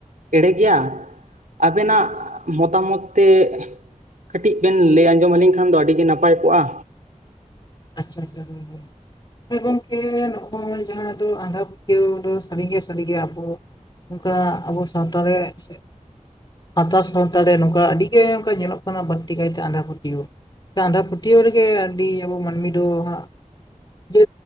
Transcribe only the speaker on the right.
ᱮᱲᱮ ᱜᱮᱭᱟ? ᱟᱵᱮᱱᱟᱜ ᱢᱚᱛᱟᱢᱚᱛ ᱛᱮ ᱼᱼ ᱠᱟᱹᱴᱤᱡ ᱵᱮᱱ ᱞᱟᱹᱭ ᱟᱸᱡᱚᱢ ᱟᱹᱞᱤᱧ ᱠᱷᱟᱱ ᱫᱚ ᱟᱹᱰᱤ ᱜᱮ ᱱᱟᱯᱟᱭ ᱠᱚᱜᱼᱟ।